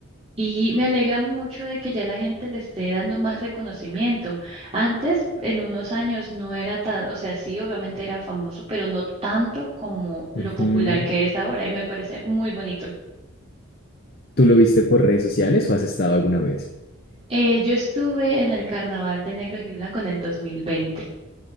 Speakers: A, on the right (about 30°); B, on the left (about 45°).
A: Y me alegra mucho de que ya la gente le esté dando más reconocimiento. Antes, en unos años, no era tan, o sea, sí, obviamente era famoso, pero no tanto como lo
B: Ujú.
A: popular que es ahora y me parece muy bonito.
B: ¿Tú lo viste por redes sociales o has estado alguna vez?
A: Eh, yo estuve en el Carnaval de Negro y Blanco en el 2020.